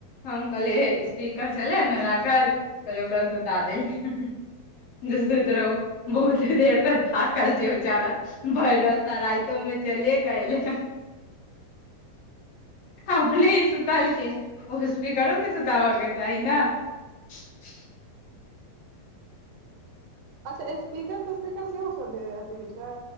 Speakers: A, on the left; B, on the right.
A: हम कहलियैे स्पीकर छलै ने राखल कहलिय ओकरा सुता देलिय जे सुति रहु बहुते देर पर थाकल जे बेचारा भरि रस्ता राइतोमे चले कऽ एलेह अपने सुतलखिन ओ स्पीकरो के सुताबऽ के चाही ने <inaudible>
B: अच्छा स्पीकर तेस्पीकर सेहो सब अथी होइ छै